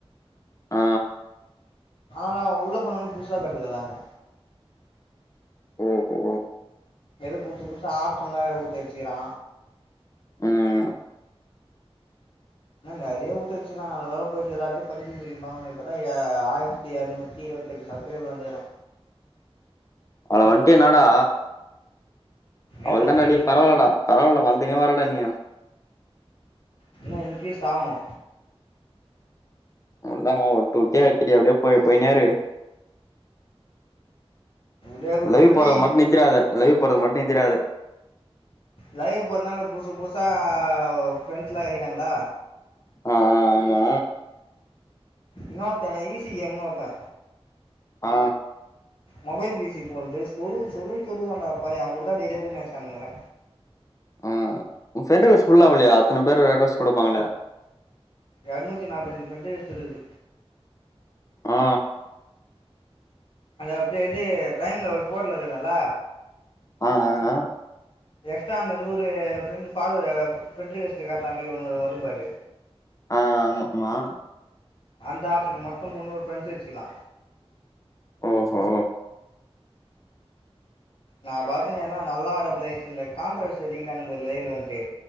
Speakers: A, on the left; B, on the left.
A: ஆ
B: ஆனாலு உள்ள போனாலு புசா காட்டுது எல்லாமே
A: ஓஹோ
B: எதோ புதுசு புதுசா ஆப்ஷனலா வேற வுட்டு வச்சுறா
A: ம்
B: இன்னு நெறய வுட்டு வச்சுறா அதனால போயிட்டு எல்லாத்தயு <unintelligible> ஆயி த்தி இரநூத்தி இருபத்தெட்டு சப்ஸ்கிரைபர் வந்துகிறா
A: அவனு வந்ட்டு என்னடா அவ்ளதானேடா
B: ஏத்தணு இன்
A: பரவாலடா பரவாலடா வளந்துனே வரடா நீ
B: இன்னு இன்க்ரீஸ் ஆவணு
A: அவ்ளோ தா டூ கே த்ரீ கே அப்டியே போ போய்னேரு
B: ஒரே ஒரு
A: லைவ்
B: இது
A: போடுறது மட்டு நித்திராத லைவ் போடுறது மட்டு நித்திராத
B: லைவ் போடுறனால புசு புசா ப்ரெண்டஸ்லா கெடைக்குறாங்களா
A: ஆமா
B: இன்னொ தைசி கேம்மோட
A: ஆ
B: மொபைல் பேசி போலருக்குது சொரு சொருனு சொருறான்டா பய அவ கூட தா டெய்லியு ரூம் மச் அன்னுங்கிற
A: ஆ உ ஃப்ரண்டுவ புல்லா ஆவலாயா இத்தன பேரு ரெக்வஸ்ட் குடுப்பாங்க இல்லயா
B: எரநூத்தி நாற்பத்தஞ்சிஞ ப்ரெண்டு சொல்லுது
A: ஆ
B: அது அப்டி இது பேங்ல ஒரு போர்ல இருக்குறல
A: ஆ ஆ அ
B: எக்ஸ்ட்ரா அந்த நூறு ஃப்ரெண்டு ஃபாதரு ஃப்ரெண்ட்ரிக்வஸ்ட் காட்ற மாரி ஒன்னு வரும்பாரு
A: ஆ ஆமா ஆமா
B: அந்த ஆப்ஷன மட்டு முன்னூறு ஃப்ரண்ட்ஸ் வச்சில்லா
A: ஓஹோ
B: நா பாத்தீங்கன நல்லா வர ப்ளேஸு இந்த கான்ட்ரவர்சி அடிக்கிறானுங்க பாரு லைவ்ல வன்ட்டு